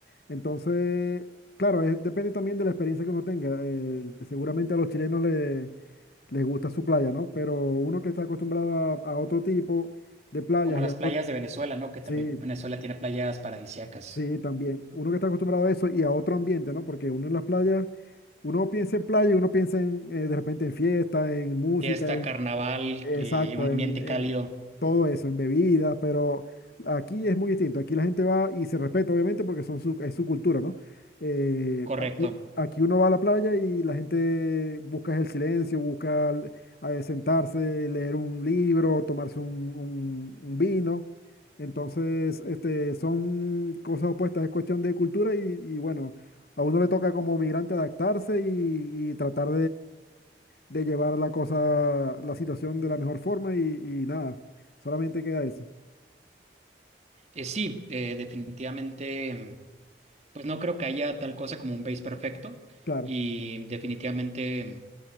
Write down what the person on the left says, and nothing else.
Entonces, claro, es- depende también de la experiencia que uno tenga. eh, seguramente a los chilenos le- les gusta su playa, ¿no? Pero uno que está acostumbrado a, a otro tipo de playas
y a otro,
sí.
Sí, también. Uno que está acostumbrado a eso y a otro ambiente, ¿no? Porque uno en las playas, uno piensa en playa y uno piensa en, eh, de repente en fiesta, en música,
en,
Exacto,
en,
en
todo eso, en bebidas, pero aquí es muy distinto. Aquí la gente va y se respeta, obviamente, porque son su, es su cultura, ¿no? Eh,
aquí, aquí uno va a la playa y la gente busca el silencio, busca l- eh, sentarse, leer un libro, tomarse un, un- un vino. Entonces, este, son cosas opuestas, es cuestión de cultura y, y bueno, a uno le toca como migrante adaptarse y, y tratar de llevar la cosa, la situación de la mejor forma y, y nada, solamente queda eso,
claro.